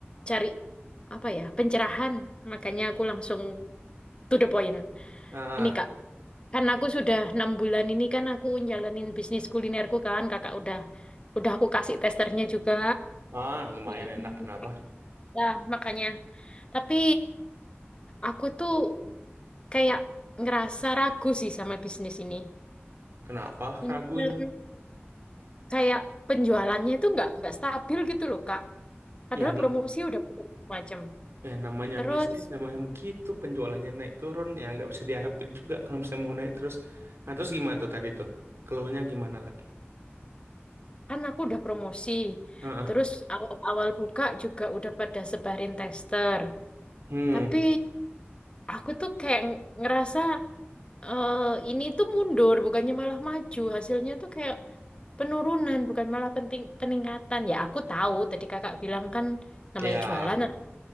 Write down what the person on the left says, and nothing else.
cari apa ya pencerahan, makanya aku langsung to the point.
Ini Kak, karena aku sudah enam bulan ini kan aku jalanin bisnis kulinerku kan, Kakak udah udah aku kasih testernya juga.
Iya.
Ya, makanya. Tapi aku tuh kayak ngerasa ragu sih sama bisnis ini.
Ini
kan kayak penjualannya itu nggak nggak stabil gitu loh Kak. Padahal
promosi udah macam.
Terus
kan aku udah promosi.
Terus awal-awal buka juga udah pada sebarin tester.
Tapi aku tuh kayak ngerasa eh ini tuh mundur, bukannya malah maju. Hasilnya tuh kayak penurunan, bukan malah penting peningkatan. Ya aku tahu tadi kakak bilang kan
namanya jualan ada